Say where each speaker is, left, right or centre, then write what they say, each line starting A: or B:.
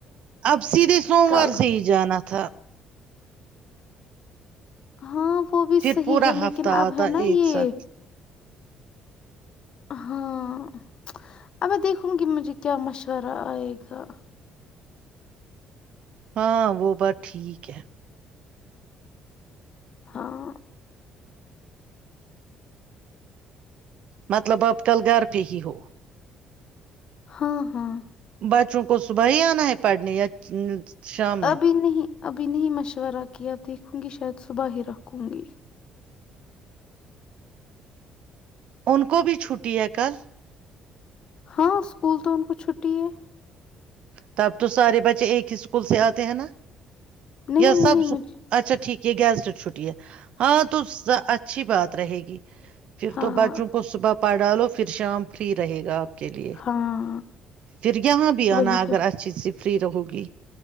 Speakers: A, on the right (about 55°); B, on the left (about 45°).
A: اب سیدھے سوموار
B: کل
A: سے ہی جانا تھا
B: ہاں وہ بھی
A: پھر
B: صحیح
A: پورا
B: ہے
A: ہفتہ
B: لیکن
A: آتا
B: اب ہے نا
A: ایک
B: یہ
A: ساتھ
B: ہاں اب دیکھوں گی مجھے کیا مشورہ آئے گا
A: ہاں وہ بات ٹھیک ہے
B: ہاں
A: مطلب اب کل گھر پہ ہی ہو
B: ہاں ہاں
A: بچوں کو صبح ہی آنا ہے پڑھنے یا شام میں
B: ابھی نہیں ابھی نہیں مشورہ کی اب دیکھوں گی شاید صبح ہی رکھوں گی
A: ان کو بھی چھٹی ہے کل
B: ہاں اسکول تو ان کو چھٹی ہے
A: تب تو سارے بچے ایک ہی اسکول سے آتے ہیں نا
B: نہیں
A: سب
B: نہیں مجھے
A: اچھا ٹھیک ہے گیز چھٹی ہے ہاں تو اچھی بات رہے گی پھر
B: ہاں
A: تو بچوں کو صبح پڑھ ڈالو پھر شام فری رہے گا آپ کے لیے
B: ہاں
A: پھر یہاں بھی
B: وہی
A: آنا آگ
B: تو
A: ہر چیز سے فری رہو گی